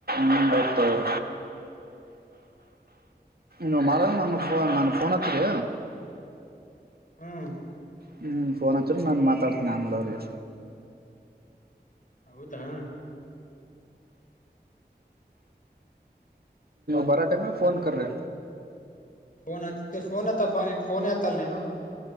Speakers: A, on the right; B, on the left.
A: ಮುಂಬತ್ತೂರ್ ನೀ ಮರ ನಾನ ಫೋನ್ ಹಚ್ಚರಿ
B: ಹ್ಮ್
A: ಹ್ಮಞ ಫೋನ್ ಹಚ್ಚರಿ ನಾನು ಮಾತಾಡ್ತೀನಿ ಆಮೇಲೆ ಅವರಿಗೆ
B: ಹೌದಾ
A: ಬರ ಟೈಮೆ ಫೋನ್ ಕರೇ
B: ಫೋನ್ ಹಚ್ಚ ಫೋನ್ ಎತ್ತಪ್ಪ ನೀನ್ ಫೋನ್ ಎತ್ತಲ್ಲ ನೀನು.